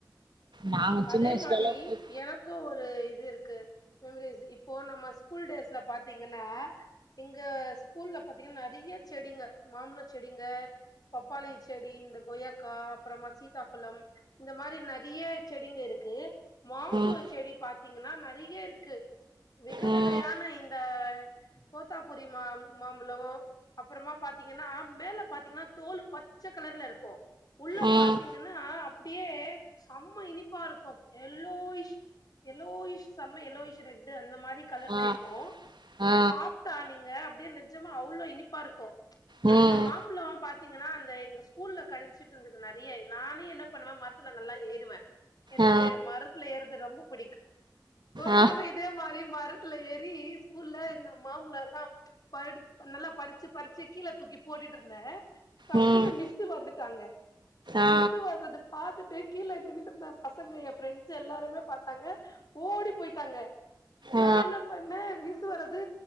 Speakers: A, on the right (about 80°); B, on the left (about 55°).
A: நாங்க
B: அதே
A: சின்ன வயசுலலா
B: மாரி
A: போய்
B: எனக்கு ஒரு இது இருக்கு மெமரிஸ் இப்போ நம்ம ஸ்கூல் டேஸ்ல பாத்தீங்கன்னா இங்க ஸ்கூல்ல பாத்தீங்கன்னா நெறைய செடிங்க மாம்பழ செடிங்க பப்பாளி செடி இந்த கொய்யா கா அப்புறமா சீத்தாபழம் இந்த மாரி நெறைய செடிங்க இருக்கு மாம்பழம்
A: ம்
B: செடி பாத் பாத்தீங்கனா நெறய இருக்கு வெகு
A: ம்
B: வெகையான இந்த கோத்தாபுரி மா மாம்பழோ அப்பறமா பாத்தீங்கனா மேல பாத்தீங்கனா தோல் பச்ச கலர்ல இருக்கு உள்ள
A: ம்
B: பாத்தீங்கனா அப்டியே சம இனிப்பா இருக்கு எல்லோயிஷ் எலோயிஷ் செம்ம எல்லோயிஷ் ரெட் அந்த மாரி கலர்ல
A: ஆ
B: இருக்கு
A: ஆ
B: சாப்டா நீங்க அப்டியே நெஜமா அவ்ளோ இனிப்பாயிருக்கு
A: ம்
B: அந்த மாம்பலோ பாத் தீங்கனா அந்த எங்க ஸ்கூல்ல கடச்சுட்டு இருந்தது நெறய நானே என்ன பண்ணுவே மரத்ல நல்லா ஏறுவே எனக்கு
A: ஆ
B: மரத்ல ஏறது ரொம்ப புடிக்கு ஒரு
A: ஆ
B: தடவ இதே மாரி மரத்ல ஏறி ஸ்கூல்ல இந்த மாம்பலோ எல்லா ப நல்லா பறிச்சு -பறிச்சு கீழ தூக்கி போட்டுட்டுயிருந்தே டக்குன்னு
A: ம்
B: மிஸ்ஸு வந்துட் டாங்க
A: ஆ
B: மிஸ்ஸு வரத பாத்துட்டு ஏ கீழ எறங்கு இருந்த பசங்க என் ஃப்ரெண்ட்ஸ் எல்லாருமே பாத்தாங்க ஓடி போயிட்டாங்க நா
A: ஆ
B: என்ன பண்ணே மிஸ் வர்றது